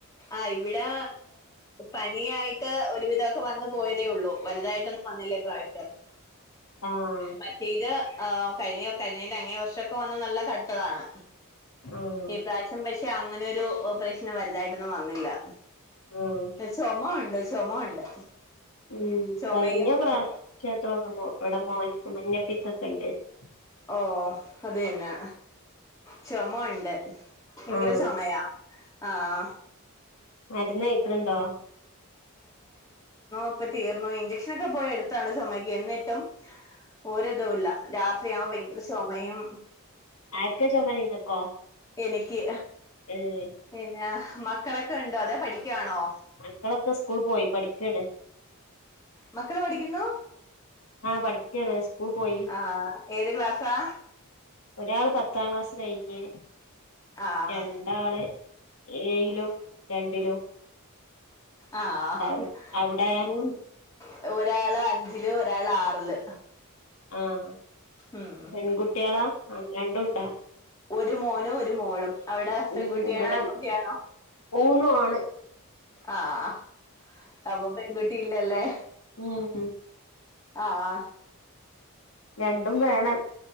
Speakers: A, on the left; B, on the left.
A: ആഇവിടെ പനിയായിട്ട് ഒരുവിധമൊക്കെ വന്നു പോയതേ ഉള്ളൂ വലുതായിട്ടൊന്നും വന്നില്ല പ്രാവശ്യ
B: ആഹ്
A: മറ്റേ ഇത് കഴിഞ്ഞ കഴിഞ്ഞിന്റെ അങ്ങേ വർഷംക്കെ വന്ന് നല്ല കടുത്തതാണ്.
B: ആഹ്
A: ഈ പ്രാവശ്യം പക്ഷെ അങ്ങനെരു ഓപ്പറേഷന് വലുതായിട്ടൊന്നും വന്നില്ല.
B: ആഹ്
A: ചുമ ഉണ്ട് ചുമ ഉണ്ട്.
B: ഉം
A: ചുമയും
B: കഴിഞ്ഞ പ്ര
A: ഉം,
B: ക്ഷേത്ര ഇവിടെ മോൻക്ക് മഞ്ഞപ്പീത്തൊക്കെ ഉണ്ടായിരുന്നു.
A: ഓ അത് തന്നെ ചുമ ഉണ്ട് ഭയങ്കര
B: ആഹ്
A: ചുമയാ.. ആഹ
B: മരുന്ന് കഴിക്ക്ണുണ്ടോ?
A: ഇപ്പ തീർന്നു ഇഞ്ചക്ഷനൊക്കെ പോയി എടുത്താണ്. ചുമയ്ക്ക് എന്നിട്ടും ഒരിതുല്ല രാത്രിയാവുമ്പോ ഭയങ്കര ചുമയും.
B: ആർക്കാ ചുമ നിങ്ങക്കോ
A: എനിക്ക്.
B: ഏഹ്
A: പിന്നെ മക്കളൊക്കെ ഉണ്ടോ അതെ പഠിക്കുവാണോ?
B: മക്കളൊക്കെ സ്കൂൾ പോയി പഠിക്കാണ്
A: മക്കള് പഠിക്കുന്നു
B: ആഹ് പഠിക്കാണ് സ്കൂൾ പോയി
A: ആഹ് ഏത് ക്ലാസാ?
B: ഒരാള് പത്താം ക്ലാസ് കഴിഞ്ഞ്
A: ആഹ്
B: രണ്ടാണ് ഏഴ് ഴിലും രണ്ടിലും
A: ആഹ്
B: ആവും അവിടെ
A: മൂ ഒരാള് അഞ്ച് ഞ്ചിലും ഒരാള് ആറില്
B: ആഹ്
A: ഉം
B: പെൺകുട്ടികളാ ആ രണ്ടും ഇണ്ടാ?
A: ഒരു മോനും ഒരു മോളും അവിടെ പെൺകുട്ടിയാണോ
B: ഉം ഇവിടെ
A: ആൺകുട്ടിയാണോ?
B: മൂന്നും ആണ്
A: ആഹ് അപ്പൊ പെൺകുട്ടില്ലല്ലേ?
B: ഊം
A: ആഹ്
B: രണ്ടും വേണം